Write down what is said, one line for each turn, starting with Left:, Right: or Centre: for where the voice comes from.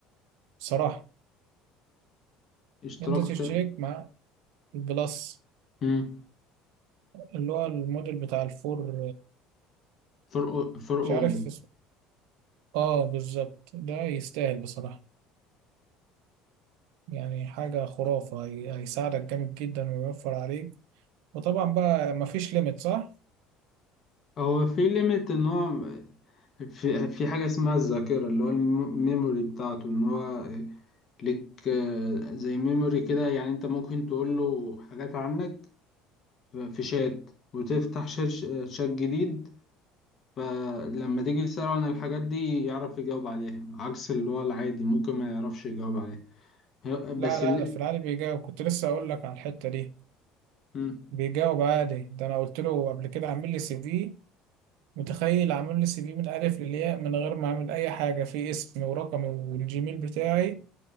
Right: بصراحة
Left: اشتراكه
Right: أنت تشترك
Left: تا-
Right: مع البلس
Left: مم.
Right: اللي هو الموديل بتاع الفور
Left: فرقه فرقه
Right: مش عارف اسمه آه بالظبط ده يستاهل بصراحة يعني حاجة خرافة هي- هيساعدك جامد جدا ويوفر عليك وطبعا بقى مفيش ليميت صح؟
Left: هو في ليميت ان هو في في حاجه اسمها الذاكره اللي هو الميموري بتاعته ان هو ليك آه، زي ميموري كده يعني انت ممكن تقول له حاجات عنك في شات وتفتح شات شات جديد فلما تيجي تسأله عن الحاجات دي يعرف يجاوب عليها عكس اللي هو العادي ممكن ما يعرفش يجاوب عليها ه- بس
Right: لا لا
Left: اللي
Right: ده في العادي بيجاوب كنت لسه أقول لك على الحتة دي
Left: مم.
Right: بيجاوب عادي ده أنا قلت له قبل كده عامل لي سي في متخيل عامل لي سي في من الالف للياء من غير ما اعمل اي حاجه في اسمي ورقمي والجيميل بتاعي